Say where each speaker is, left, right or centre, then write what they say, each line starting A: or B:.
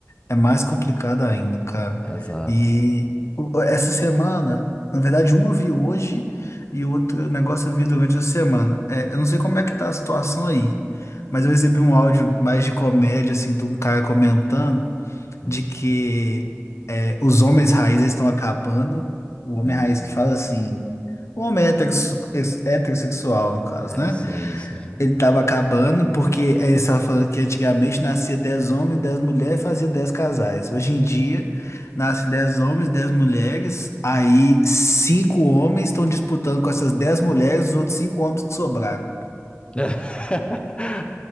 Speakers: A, on the left; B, on the left.
A: é mais complicado ainda, cara.
B: Exato.
A: E o- essa semana, na verdade, um eu vi hoje e o outro negócio eu vi durante a semana. É, eu não sei como é que tá a situação aí, mas eu recebi um áudio mais de comédia, assim, de um cara comentando.
B: Hum,
A: de que é, os homens raízes estão acabando. O homem
B: hum.
A: raiz que fala assim, o homem heterosse- ex- heterossexual, no caso,
B: É,
A: né?
B: é, sim, sim.
A: Ele estava acabando porque ele estava falando que antigamente nascia 10 homens, 10 mulheres, fazia 10 casais. Hoje em dia, nasce 10 homens, 10 mulheres, aí cinco homens estão disputando com essas 10 mulheres, os outros cinco homens que sobraram.
B: <laughs>